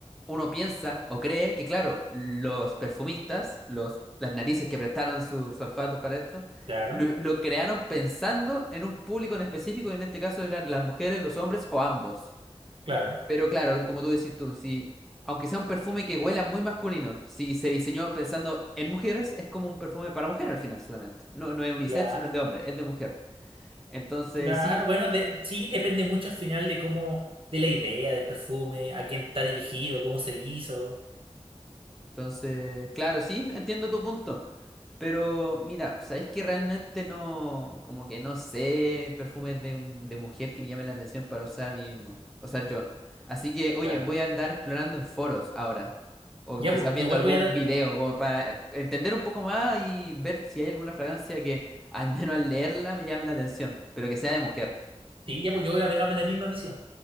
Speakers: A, in the centre; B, on the right.
A: uno piensa o cree que claro, los perfumistas, los, las narices que prestaron sus olfatos para esto,
B: Claro,
A: lo, lo crearon pensando en un público en específico, y en este caso eran las mujeres, los hombres o ambos.
B: claro,
A: Pero claro, como tú decís tú, si, aunque sea un perfume que huela muy masculino, si se diseñó pensando en mujeres, es como un perfume para mujer al final solamente. No, no es unisex,
B: claro.
A: no es de hombre, es de mujer. Entonces,
B: Claro,
A: sí,
B: bueno, de- sí, depende mucho al final de cómo, de la idea del perfume, a quién está dirigido, cómo se hizo.
A: Entonces, claro, sí, entiendo tu punto. Pero mira, ¿sabéis que realmente no, como que no sé perfumes de, un- de mujer que me llamen la atención para usar a mí mismo? O sea, yo. Así que, oye,
B: Claro.
A: voy a andar explorando en foros ahora. O
B: Ya,
A: quizás
B: pues,
A: viendo
B: yo igual
A: algún
B: voy a...
A: video, como para entender un poco más y ver si hay alguna fragancia que al menos al leerla me llame la atención, pero que sea de mujer.
B: Sí, ya, pues yo voy a pegarme la misma misión.